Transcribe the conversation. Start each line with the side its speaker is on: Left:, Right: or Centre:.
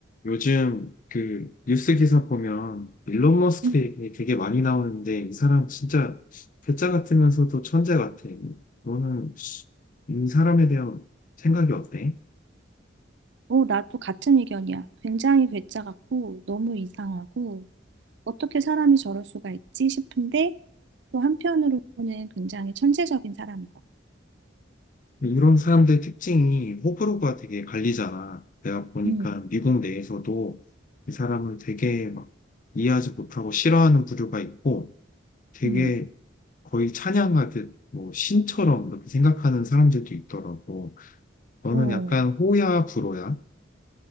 Left: 요즘 그 뉴스 기사 보면 일론 머스크
Right: 음,
Left: 얘기 되게 많이 나오는데 이 사람 진짜 괴짜 같으면서도 천재 같아. 너는 이 사람에 대한 생각이 어때?
Right: 어, 나도 같은 의견이야. 굉장히 괴짜 같고 너무 이상하고 어떻게 사람이 저럴 수가 있지 싶은데 또 한편으로는 굉장히 천재적인 사람인 것 같아.
Left: 이런 사람들 특징이 호불호가 되게 갈리잖아. 내가 보니까
Right: 음,
Left: 미국 내에서도 이 사람을 되게 막 이해하지 못하고 싫어하는 부류가 있고 되게
Right: 음.
Left: 거의 찬양하듯 뭐 신처럼 이렇게 생각하는 사람들도 있더라고. 너는
Right: 어,
Left: 약간 호야, 불호야?